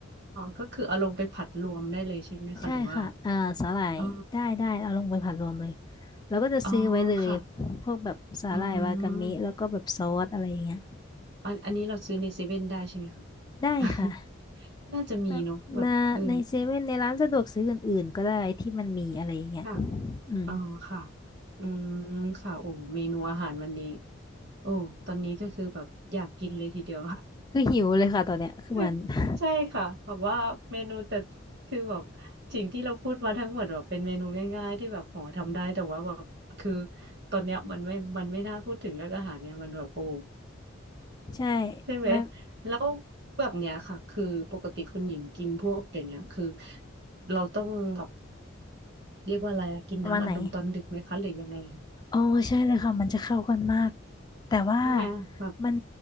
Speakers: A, on the right; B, on the left.
A: ก็คือเอาลงไปผัดรวมได้เลยใช่ไหมคะหรือว่า
B: ใช่ค่ะอ่าสาหร่ายได้ได้เอาลงไปผัดรวมเลย
A: อ๋อ
B: แล้วก็จะซื้อไว้เลย
A: อ๋อค่ะ
B: พวกแบบสาหร่ายวากามิแล้วก็แบบซอสอะไรอย่างเงี้ย
A: อืม อันอันนี้เราซื้อในเซเว่นได้ใช่ไหมคะ
B: ได้ค่ะ
A: <laughs> น่าจะมีเนอะแบบเออ
B: แบบมาในเซเว่นในร้านสะดวกซื้ออื่นๆก็ได้ที่มันมีอะไรอย่างเงี้ย
A: ค่ะ
B: อืม
A: อ๋อค่ะ อืมค่ะโอ้เมนูอาหารวันนี้โอ้ตอนนี้ก็คือแบบอยากกินเลยทีเดียว
B: คือหิวเลยค่ะตอนเนี้ยคือมัน
A: <laughs>
B: <laughs>
A: ใช่ค่ะแบบว่าเมนูแต่คือแบบสิ่งที่เราพูดมาทั้งหมดแบบเป็นเมนูง่ายๆที่แบบโหทำได้แต่ว่าแบบคือตอนเนี้ยมันไม่มันไม่น่าพูดถึงเรื่องอาหารเนี่ยมันแบบโอ้
B: ใช่
A: ใช่ไหม
B: มัน
A: แล้วแบบเนี้ยค่ะคือปกติคุณหญิงกินพวกอย่างเงี้ยคือเราต้องแบบเรียกว่าอะไรอะกินน้ำอัดลมตอนดึกไหมคะหรือยังไง
B: ประมาณไหนโอ้ใช่เลยค่ะมันจะเข้ากันมากแต่ว่า
A: ใช่ไหมแบบ
B: มัน